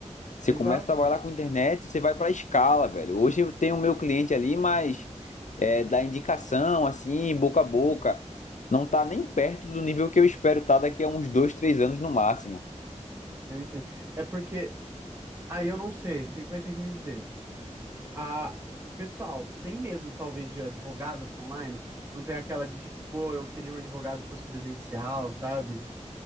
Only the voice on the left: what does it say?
Você
começa a trabalhar com internet, você vai para escala, velho. Hoje eu tenho o meu cliente ali, mas é, da indicação, assim, boca a boca, não tá nem perto do nível que eu espero estar daqui a uns dois, três anos no máximo.